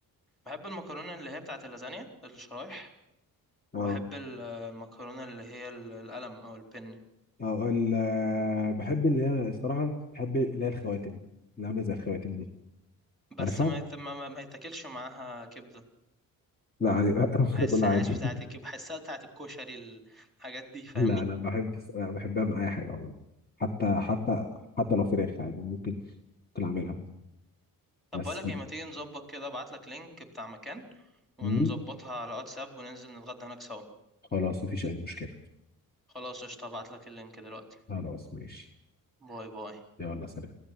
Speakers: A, in the centre; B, on the left.
A: بحب المكرونة اللي هي بتاعت اللازانيا الشرايح
B: اه
A: وبحب ال- المكرونة اللي هي ال- القلم أو البن
B: اه ال- بحب اللي هي الصراحه بحب اللي هي الخواتم اللي عامله زي الخواتم دي
A: بس
B: عارفها؟
A: ما يت- ما ما- ما يتاكلش معاها كبدة
B: لا عادي <laughs> انا
A: ما
B: ممكن
A: بحسهاش
B: اكلها عادي
A: بتاعت الكبدة بحسها بتاعت الكشري الحاجات دي فاهمني
B: لا انا بحب أنا بحبها من اي حاجه عموما حتى حتى حتى لو فراخ عادي ممكن ممكن اعملها
A: طب
B: بس
A: بقولك
B: كده
A: ايه ما تيجي نظبط كده ابعتلك لينك بتاع مكان ونظبطها
B: مم.
A: على واتساب وننزل نتغدى هناك سوا
B: خلاص مفيش أي مشكلة
A: خلاص قشطة ابعتلك اللينك دلوقتي
B: خلاص ماشي
A: باي باي
B: يلا سلام